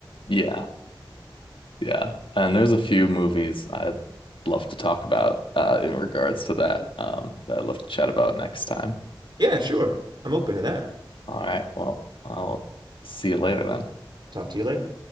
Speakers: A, on the left; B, on the right.
A: Yeah. Yeah. And there's a few movies I'd love to talk about uh, in regards to that um, that I'd love to chat about next time.
B: Yeah, sure. I'm open to that.
A: All right. Well, I'll see you later then.
B: Talk to you later.